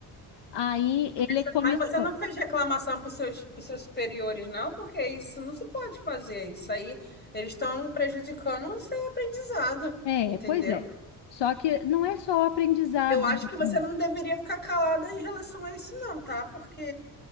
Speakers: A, on the left; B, on the left.
A: Aí
B: Mas
A: ele começou.
B: mas você não fez reclamação para os seus, pros seus superiores, não? Porque isso não se pode fazer. Isso aí, eles estão prejudicando o seu aprendizado,
A: É,
B: entendeu?
A: pois é. Só que não é só o aprendizado,
B: Eu acho
A: né,
B: que você
A: prima?
B: não deveria ficar calada em relação a isso, não, tá? Porque,